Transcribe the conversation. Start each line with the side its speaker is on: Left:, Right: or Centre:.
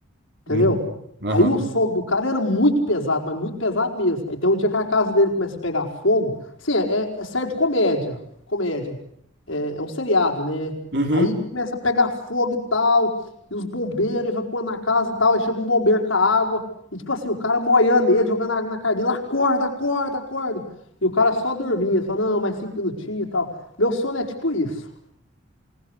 Left: Entendeu?
Right: Uhum. Aham.
Left: Aí o som do cara era muito pesado, mas muito pesado mesmo. Aí tem um dia que a casa dele começa a pegar fogo. Sim, é, é certo comédia. Comédia. É, é um seriado, né?
Right: Uhum.
Left: Aí começa a pegar fogo e tal. E os bombeiros evacuando a casa e tal. Aí chega um bombeiro com a água. E tipo assim, o cara moiando ele, jogando água na cara dele. Acorda, acorda, acorda. E o cara só dormia. Só, não, mais cinco minutinhos e tal. Meu sono é tipo isso.